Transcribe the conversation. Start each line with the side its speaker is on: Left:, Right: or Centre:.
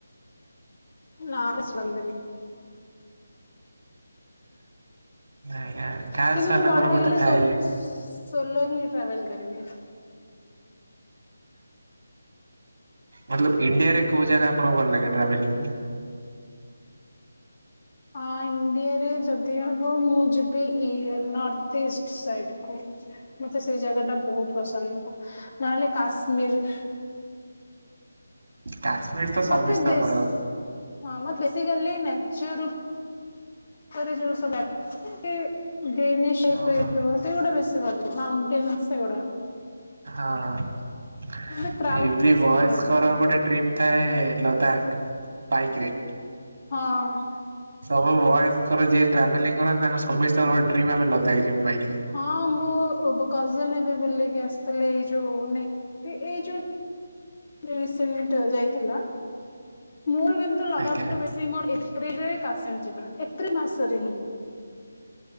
Left: ନାଁ ଆସିବନ୍ତିନି।
Right: ଆଜ୍ଞା ତାସ
Left: କିନ୍ତୁ
Right: ମାନଙ୍କର
Left: ମୁଁ ବଡ ହେଇଗଲେ
Right: ଗୋଟେ ଥାଏ।
Left: ସୋଲ ସୋଲୋ ହିଁ ଟ୍ରାଭେଲ କରିବି।
Right: ମତଲବ ଇଣ୍ଡିଆରେ କୋଉ ଜାଗା ଆପଣଙ୍କୁ ଭଲ ଲାଗେ ଟ୍ରାଭେଲିଂ?
Left: ହଁ ଇଣ୍ଡିଆରେ ଯଦି ହବ ମୁଁ ଯିବି ଇ ନର୍ଥ ଇଷ୍ଟ ସାଇଟକୁ। ମତେ ସେଇ ଜାଗା ଟା ବହୁତ ପସନ୍ଦ ନହେଲେ କାଶ୍ମୀର।
Right: କାଶ୍ମୀର ତ ସବିସ୍ତ
Left: ମତେ ବେଶ
Right: ଙ୍କର।
Left: ହଁ ମେ ବେସିକଲି ନେଚୁରୁ <unintelligible> ଟେନ୍ସ
Right: ଓହୋ
Left: ସେଗୁଡା।
Right: ହଁ।
Left: ମତେ କ୍ରାଉଡ
Right: ଏ ବି
Left: ପ୍ଲେସ୍
Right: ବୟସ୍କର
Left: ଭଲ ଲାଗେନି
Right: ଗୋଟେ ଡ୍ରିମ୍ ଥାଏ ଲଦାଖ। ବାଇକ ରେ।
Left: ହଁ।
Right: ସବୁ ବୟସଙ୍କର ଯିଏ ଟ୍ରାଭେଲିଂ କରନ୍ତି ତାଙ୍କ ସମସ୍ତଙ୍କ ଡ୍ରିମ ଆମେ ଲଦାଖି ଯିବୁ ବାଇକରେ।
Left: ହଁ ମୁଁ କଜନ ଏବେ ବୁଲିକି ଆସିଥିଲି ଏଇ ଯୋଉ ନେଇ ଏଇ ଯୋଉ ରିସେଣ୍ଟ ଯାଇଥିଲା ମୋର କିନ୍ତୁ ଲଦାଖୁ
Right: ଆଜ୍ଞା
Left: ବେଶ ମୋର ଏପ୍ରିଲରେ କାଶ୍ମୀର ଯିବା ଏପ୍ରିଲ ମାସରେ ହିଁ।